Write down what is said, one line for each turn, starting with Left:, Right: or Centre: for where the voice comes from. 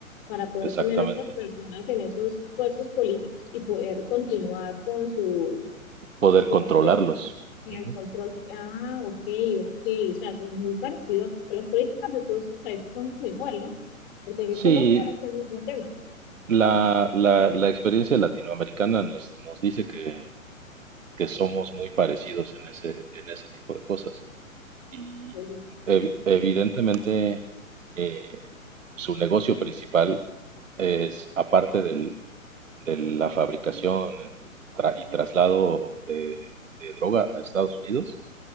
Left: para poder
Right: Exactamente.
Left: poner a estas personas en esos puestos políticos y poder continuar con sus,
Right: poder
Left: pues con
Right: controlarlos.
Left: los ejercicios en
Right: Ujú.
Left: el control. Ah, ok, ok, o sea, eso es muy parecido a que las políticas de todos los países son como igual, ¿no? Porque aquí
Right: Sí,
Left: en Colombia es el mismo tema,
Right: la, la, la experiencia latinoamericana nos, nos dice que, que somos muy parecidos en ese, en ese tipo de cosas. Y
Left: política.
Right: ev- evidentemente eh, su negocio principal es, aparte del, de la fabricación eh, tra- y traslado de, de droga a Estados Unidos,